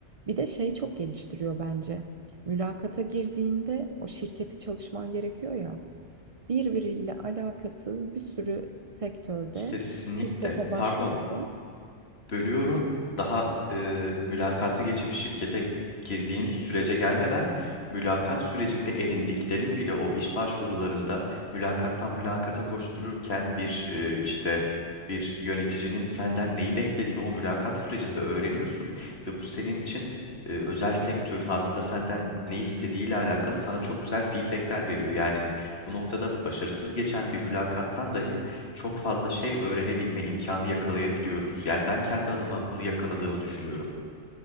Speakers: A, on the right (about 55°); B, on the left (about 55°).
A: Bir de şey çok geliştiriyor bence. Mülakata girdiğinde o şirketi çalışman gerekiyor ya birbiriyle alakasız bir sürü sektörde
B: Kesinlikle.
A: şirkete başvurdum.
B: Pardon, bölüyorum. Daha e, mülakatı geçip şirkete girdiğin sürece gelmeden mülakat sürecinde edindiklerin bile o iş başvurularında mülakattan mülakata koştururken bir e, işte bir yöneticinin senden neyi beklediğini o mülakat sürecinde öğreniyorsun ve bu senin için e, özel sektörün aslında senden ne istediğiyle alakalı sana çok güzel feedbackler veriyor. Yani bu noktada başarısız geçen bir mülakattan dahi çok fazla şey öğrenebilme imkanı yakalayabiliyoruz. Yani ben kendi adıma bunu yakaladığımı düşünüyorum.